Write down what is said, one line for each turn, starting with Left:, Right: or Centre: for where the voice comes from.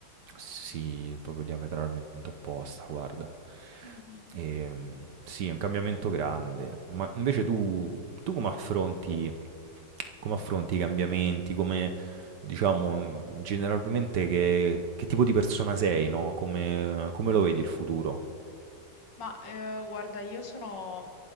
Right: Sì, proprio diametralmente opposta, guarda.
Left: Mhm.
Right: E, mm, sì, è un cambiamento grande. Ma invece tu, tu come affronti come affronti i cambiamenti? Come, diciamo, mhmm, generalmente che che tipo di persona sei, no, come come lo vedi il futuro?
Left: Ma eh, guarda, io sono